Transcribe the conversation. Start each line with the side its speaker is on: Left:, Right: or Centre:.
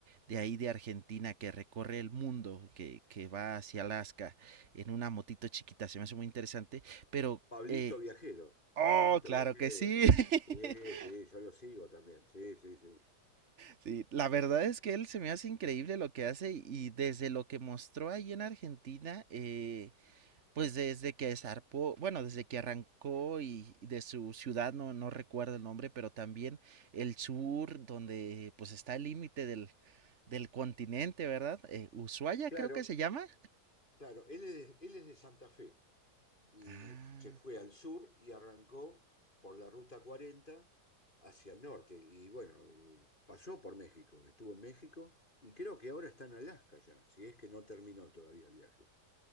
Right: de ahí de Argentina que recorre el mundo, que, que va hacia Alaska en una motito chiquita. Se me hace muy interesante, pero...
Left: Pablito
Right: eh,
Left: Viajero,
Right: Oh,
Left: Pablito
Right: claro
Left: Viajero,
Right: que sí.
Left: sí,
Right: <laughs>
Left: sí, yo lo sigo también, sí, sí, sí.
Right: Sí, la verdad es que él se me hace increíble lo que hace y desde lo que mostró ahí en Argentina, eh, pues desde que zarpó, bueno, desde que arrancó y y de su ciudad, no, no recuerdo el nombre, pero también el sur, donde pues está el límite del, del continente, ¿verdad? Eh, Ushuaia
Left: Claro,
Right: creo que se llama.
Left: claro, él es, él es de Santa Fe. y
Right: Ah,
Left: se fue al sur y arrancó por la ruta 40 hacia el norte. Y bueno, eh, pasó por México, estuvo en México y creo que ahora está en Alaska ya, si es que no terminó todavía el viaje.